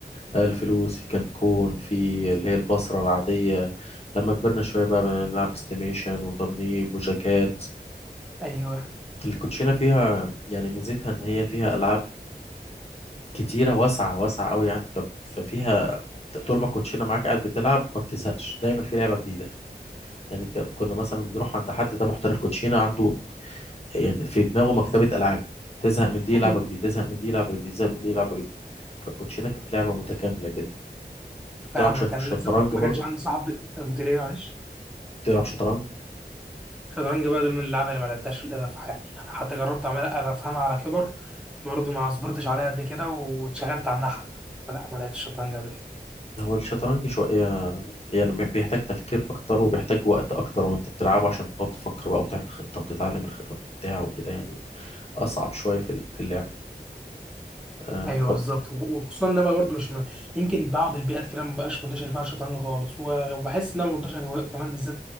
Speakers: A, on the left; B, in the centre.
A: آه، الفلوس في كانكون في اللي هي البصرة العادية لما كبرنا شوية بقى بنلعب استيميشن وطرنيب وجاكات
B: ايوه
A: فالكوتشينة فيها يعني ميزتها إن هي فيها ألعاب كتيرة واسعة واسعة أوي يعني ف- ففيها طول ما الكوتشينة معاك قاعد بتلعب ما بتزهقش دايما في لعبة جديدة يعني ك- كنا مثلا بنروح عند حد ده محترف كوتشينة عنده يعني في دماغه مكتبة ألعاب تزهق من دي
B: <laughs>
A: لعبة جديدة تزهق من دي لعبة جديدة تزهق من دي لعبة جديدة فالكوتشينة كانت لعبة متكاملة كده كنت بتلعب
B: فاهمك
A: ش-
B: انا
A: شطرنج
B: للاسف ما
A: برضه
B: كانش عندي صاحب قلت ليه معلش
A: بتلعب شطرنج
B: الشطرنج بقى ده من اللعبه اللي ما لعبتهاش للاسف في حياتي انا حتى جربت اعملها افهمها على كبر برضه ما صبرتش عليها قد كده واتشغلت عنها حتى لا ما لعبتش الشطرنج قبل كده
A: هو الشطرنج شوية يعني بي- بيحتاج تفكير أكتر وبيحتاج وقت أكتر وأنت بتلعبه عشان بتقعد تفكر بقى وتعمل خطة وتتعلم الخطط وبتاع وكده يعني أصعب شوية في ال- في اللعب آه
B: ايوه
A: طب
B: بالظبط و- وخصوصا ان انا برضه مش م... يمكن بعض البيئات كده ما بقاش منتشر فيها الشطرنج خالص و- وبحس ان انا منتشر كمان بالذات